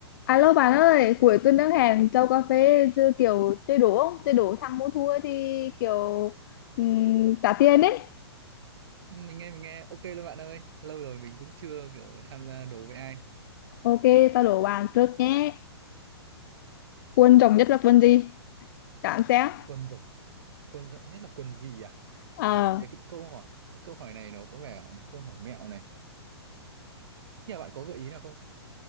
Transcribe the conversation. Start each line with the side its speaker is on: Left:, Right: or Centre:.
Left: Alo bạn ơi, cuối tuần đang hẹn châu cà phê chứ kiểu chơi đố không? Chơi đố thắng mua thua thì kiểu um, trả tiền đấy.
Right: mình nghe mình nghe ok luôn bạn ơi lâu rồi mình cũng chưa kiểu tham gia đố với ai
Left: Ok, tao đố bạn trước nhé. Quân rồng nhất là quân gì? Đoán xem.
Right: quần rộng quần rộng nhất là quần gì à
Left: Ờ,
Right: ừ cái, cái câu hỏi cái câu hỏi này nó có vẻ là một câu hỏi mẹo này nhà bạn có gợi ý nào không